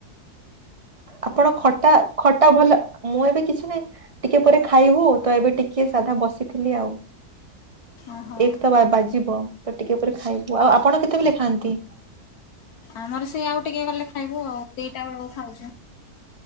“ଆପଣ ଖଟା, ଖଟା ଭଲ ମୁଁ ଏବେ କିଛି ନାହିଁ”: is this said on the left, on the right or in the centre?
Right